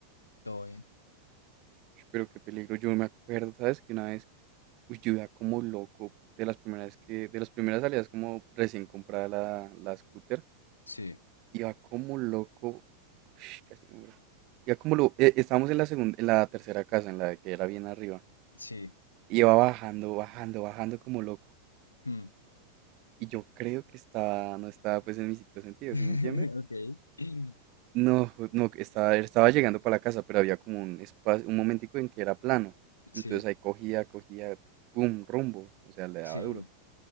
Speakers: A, on the left; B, on the right.
A: Todo bien.
B: Ush, Pero qué peligro. Yo me acuerdo, ¿sabes? Que una vez, uy, yo iba como loco de las primeras que, de las primeras salidas como recién comprada la, la scooter.
A: Sí,
B: Iba como loco. Ush, casi me muero. Iba como loco. estábamos en la segunda, en la tercera casa, en la que era bien arriba.
A: sí.
B: Iba bajando, bajando, bajando como loco.
A: mm.
B: Y yo creo que estaba, no estaba pues en mis cinco sentidos,
A: <laughs>
B: ¿sí me entiendes?
A: Ok. Sí,
B: No, no, estaba, estaba llegando para la casa, pero había como un espacio, un momentico en que era plano.
A: sí.
B: Entonces ahí cogía, cogía, pum, rumbo. O sea, le daba
A: sí,
B: duro.